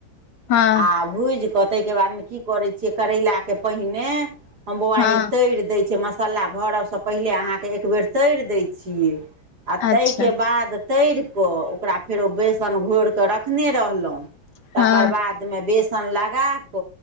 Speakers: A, on the left; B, on the right.
A: हँ
B: आ भूजि कऽ ताहिके बादमे कि करैत छियै करैलाके पहिने। हम बौआए
A: हँ
B: तरि दैत छै मसाला भरबसँ पहिले अहाँकेँ एकबर तरि दैत छियै। आ
A: अच्छा
B: ताहिके बाद तरि क ओकरा फेरो ओ बेसन घोरि कऽ रखने रहलहुँ। तकर
A: हँ
B: बादमे बेसन लगा क